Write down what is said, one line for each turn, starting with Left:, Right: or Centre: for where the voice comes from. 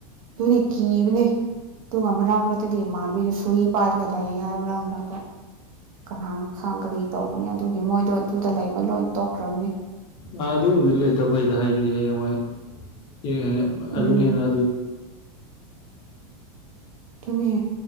Right: ꯑꯗꯨꯅꯤ ꯀꯤꯕꯅꯦ ꯇꯨꯒ ꯑꯃꯔꯝꯛꯇꯗꯤ ꯏꯃꯥꯟꯅꯕꯤꯗꯨ ꯁꯨꯔꯤ ꯄꯥꯏꯔꯒ ꯂꯩ ꯍꯥꯏꯕꯛꯇ ꯀꯅꯥꯅ ꯈꯪ ꯀꯔꯤ ꯇꯧꯕꯅꯤ ꯑꯗꯨꯒꯤ ꯃꯣꯏꯗꯣ ꯑꯗꯨꯗ ꯂꯩꯕ ꯂꯣꯏ ꯇꯣꯛꯈ꯭ꯔꯕꯅꯤ
Left: ꯑ ꯑꯗꯨꯒꯨꯝꯕꯗꯨꯗꯤ ꯂꯩꯇꯕ ꯐꯩꯗ ꯍꯥꯏꯗꯤ ꯍꯌꯦꯡꯋꯥꯣꯏ <unintelligible> ꯑꯗꯨꯅ
Right: ꯎꯝ
Left: ꯍꯦꯟꯅ
Right: ꯑꯗꯨꯅꯦ